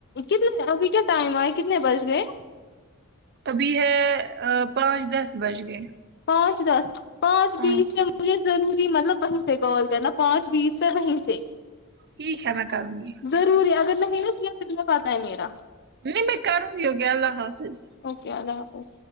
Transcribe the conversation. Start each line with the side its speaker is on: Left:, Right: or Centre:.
Left: کتنے ابھی کیا ٹائم آئے کتنے بج گئے
Right: ابھی ہے اں پانچ دس بج گئے
Left: پانچ دس پانچ
Right: ہاں
Left: بیس یا مجھے ضروری مطلب کہیں سے کال کرنا پانچ بیس پہ کہیں سے
Right: ٹھیک ہے میں کرونگی
Left: ضروری اگر نہیں نا کیا پتا ہے میرا
Right: نہیں میں کروں گی اوکے اللہ حافظ
Left: اوکے اللہ حافظ